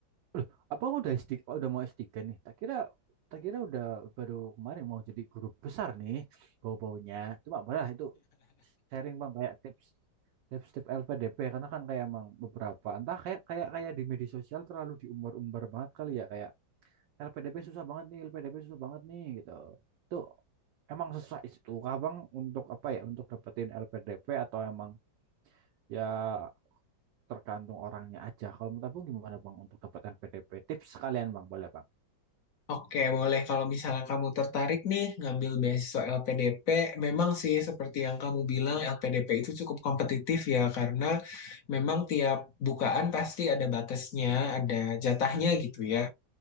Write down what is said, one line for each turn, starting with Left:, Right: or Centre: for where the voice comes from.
Right: Loh, Abang udah s tiga, udah mau S3 nih? Tak kira, tak kira udah baru kemarin mau jadi guru besar nih bau-baunya. Cuma boleh lah itu sharing Bang kayak tips tips-tips LPDP karena kan kayak emang beberapa entah kayak kayak kayak di media sosial terlalu diumbar-umbar banget kali ya kayak LPDP susah banget nih, LPDP susah banget nih gitu. Itu emang susah itu Abang untuk apa ya? Untuk dapetin LPDP atau emang ya tergantung orangnya aja. Kalau menurut Abang gimana Bang untuk dapat LPDP? Tips sekalian Bang, boleh Bang.
Left: Oke, boleh. Kalau misalnya kamu tertarik nih ngambil beasiswa LPDP, memang sih seperti yang kamu bilang LPDP itu cukup kompetitif ya karena memang tiap bukaan pasti ada batasnya, ada jatahnya gitu ya.